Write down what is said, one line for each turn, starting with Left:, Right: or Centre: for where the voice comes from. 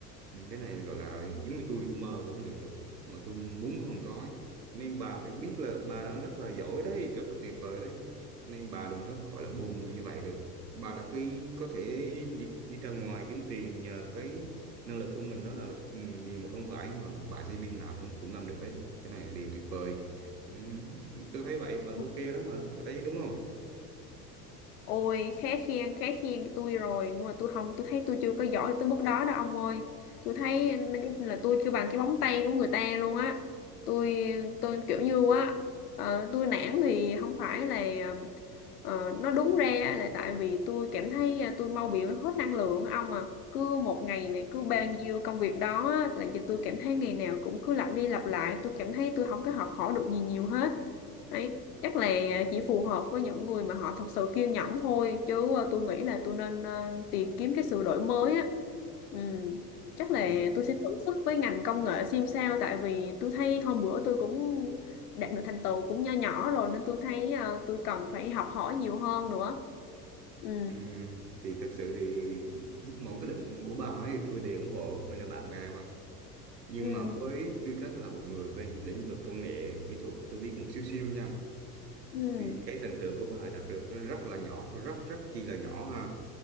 Right: ừ, cái này gọi là giống như tôi tôi mơ cũng không được á mà tôi muốn cũng không có ấy. nên bà phải biết là bà đang rất là giỏi đấy rất là tuyệt vời đấy cho nên bà đừng có gọi là buồn như vậy được bà đã khi có thể đi đi ra ngoài kiếm tiền nhờ cái năng lực của mình đó là ừ, điều mà không phải mà bà sinh viên nào cũng cũng làm được đấy cái này là điều tuyệt vời ừ, tôi thấy vậy bà ok
Left: ừ.
Right: lắm mà bà thấy đúng không
Left: Ôi khá khen khá khen tôi rồi nhưng mà tôi không tôi thấy tôi chưa có giỏi tới mức đó đâu ông ơi tôi thấy là tôi chưa bằng cái móng tay của người ta luôn á tôi tôi kiểu như á ờ, tôi nản thì không phải là ờ, nó đúng ra là tại vì tôi cảm thấy à, tôi mau bị hết năng lượng á ông à cứ một ngày này cứ bao nhiêu công việc đó á, làm cho tôi cảm thấy ngày nào cũng cứ lặp đi lặp lại tôi cảm thấy tôi không có học hỏi được gì nhiều hết Đấy chắc là chỉ phù hợp với những người mà họ thật sự kiên nhẫn thôi chứ ờ, tôi nghĩ là tôi nên ờ, tìm kiếm cái sự đổi mới á ừ. chắc
Right: ừ,
Left: là tôi sẽ thử sức với ngành công nghệ xem sao tại vì tôi thấy hôm bữa tôi cũng đạt được thành tựu cũng nho nhỏ rồi nên tôi thấy ờ, tôi cần phải học hỏi nhiều hơn nữa ừ
Right: Ừ, thì thật sự thì mỗi cái định của bà ấy thì tôi đều ủng hộ mình là bạn bè mà nhưng
Left: ừ
Right: mà với tư cách là một người bên lĩnh vực công nghệ kỹ thuật tôi biết một xíu xíu nha
Left: ừ
Right: thì cái thành tựu của bà đạt được nó rất là nhỏ rất rất chi là nhỏ ha